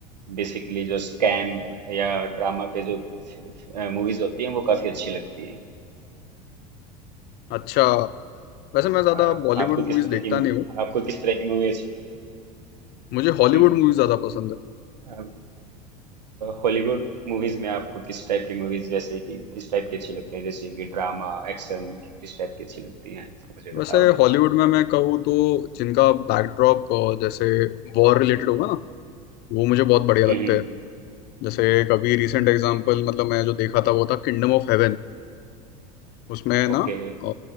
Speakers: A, on the right; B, on the left.
A: बेसिकली जो स्कैम या ड्रामा पे जो मूवीज होती हैं वो काफी अच्छी लगती हैं
B: अच्छा वैसे मैं ज्यादा
A: अ,
B: बॉलीवुड
A: आपको
B: मूवीज
A: किस तरह
B: देखता
A: की मू-
B: नहीं हूँ
A: आपको किस तरह की मूवी अच्छी
B: मुझे हॉलीवुड
A: हम्म,
B: मूवीज ज्यादा पसंद है
A: आप हॉलीवुड मूवीज में आपको किस टाइप की मूवीज जैसे कि किस टाइप की अच्छी लगती हैं जैसे कि ड्रामा एक्शन किस टाइप की अच्छी लगती हैं मुझे
B: वैसे
A: बताओगे
B: हॉलीवुड में मैं कहूँ तो जिनका बैकड्रॉप जैसे वॉर रिलेटेड होगा ना वो मुझे बहुत बढ़िया लगते
A: हम्म
B: हैं जैसे एक अभी रिसेंट
A: हम्म,
B: एग्जाम्पल मतलब मैं जो देखा था वो था किंगडम ऑफ हेवन उसमें है ना
A: ओके
B: अ,